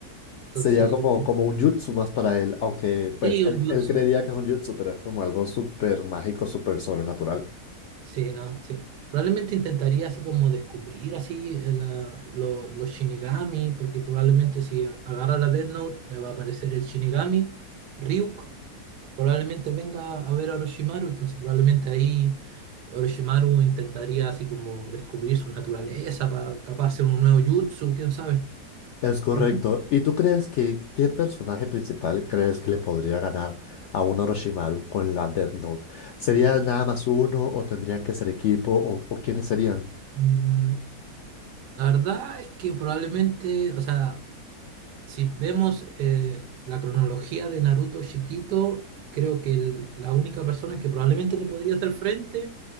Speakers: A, on the left; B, on the right.
A: Sería
B: Entonces,
A: como,
B: yo,
A: como un jutsu más para él, aunque
B: sí,
A: pues
B: un
A: él,
B: jutsu.
A: él creería que es un jutsu, pero es como algo súper mágico, súper sobrenatural.
B: Sí, no, sí. Probablemente intentaría así como descubrir así eh, la- lo- los Shinigami, porque probablemente si a- agarra la Death Note le va a aparecer el Shinigami, Ryuk, probablemente venga a ver a Orochimaru, entonces probablemente ahí Orochimaru intentaría así como descubrir su naturaleza para capaz hacer un nuevo jutsu, quién sabe,
A: Es correcto.
B: ¿verdad?
A: ¿Y tú crees que qué personaje principal crees que le podría ganar a un Orochimaru con la Death Note? ¿Sería nada más uno o tendrían que ser equipo o, o quiénes serían?
B: Mm, La verdad es que probablemente, o sea, si vemos eh, la cronología de Naruto chiquito, creo que el- la única persona que probablemente le podría hacer frente